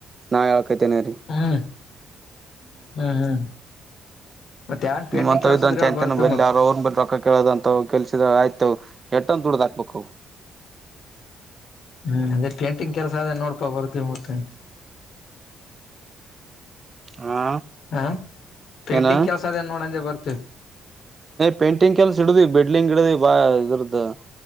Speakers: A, on the right; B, on the left.
A: ನಾ ಹೇಳ್ಕೈತೇನೆ ರೀ
B: ಹ್ಮ್ ಹ್ಮ್ ಹ್ಮ್ ಮತ್ ಯಾನ್ ಪೇಂಟಿಂಗ್
A: ನಿಮ್ಮಂತ
B: ಕೆಲ್ಸ
A: ಇದಂಚ
B: ಇದ್ರ ಹೇಳ
A: ಅಂತನ
B: ಬರ್ತೀವಿ
A: ಬಲಿ
B: ಮತ್
A: ಯಾರ ಅವ್ರನ್ ಬ ರೊಕ್ಕ ಕೇಳೋದಂತ ಕೆಲ್ಸದ ಆಯ್ತ ಎಟ್ಟಂದು ದುಡ್ದ್ ಹಾಕ್ಬೇಕ
B: ಹ್ಮ್ ಅಂದ್ರೆ ಪೇಂಟಿಂಗ್ ಕೆಲ್ಸ ಅದೇ ನೋಡ್ಪಾ ಬರ್ತಿವಿ ಮತ್ತ
A: ಹಾ
B: ಹ ಪೇಂಟಿಂಗ್
A: ಏನ
B: ಕೆಲಸದೇನ್ ನೋಡಂದೆ ಬರ್ತ
A: ಪೇಂಟಿಂಗ್ ಕೆಲಲ್ಸ ಇಡುದ ಬಿಲ್ಡಿಂಗ್ ಇಡುದ ಬಾ ಅದರದದು